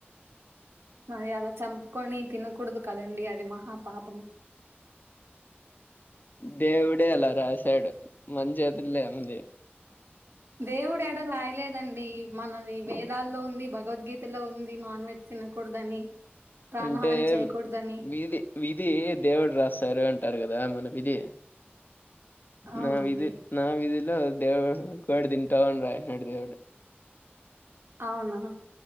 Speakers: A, on the right (about 80°); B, on the left (about 50°).
A: మరి అలా చంపుకొని తినకూడదు కదండీ అది మహాపాపం
B: దేవుడే అలా రాసాడు మన చైతుల్లో ఏంవుంది
A: దేవుడు ఎడ రాయలేదండి మనది వేదాల్లో ఉంది భగవద్గీతలో ఉంది నాన్ వెజ్ తినకూడదని ప్రాణహాని
B: అంటే
A: చేయకూడదని
B: విధి విధి దేవుడు రాశారు అంటారు కదా మన విధి
A: అవునండి
B: నా విధి నా విధిలో దేవుడు కోడి తింటావ్ అని రాసాడు దేవుడు
A: అవునా